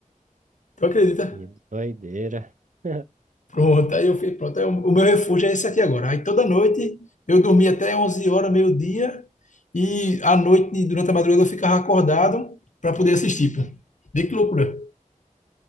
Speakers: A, on the left; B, on the right.
A: Tu acredita?
B: Que doideira. <laughs>
A: Pronto, aí eu fui, pronto. Aí o o meu refúgio é esse aqui agora. Aí toda noite eu dormia até 11 horas, meio-dia, e à noite, durante a madrugada, eu ficava acordado para poder assistir, pô. Vê que loucura.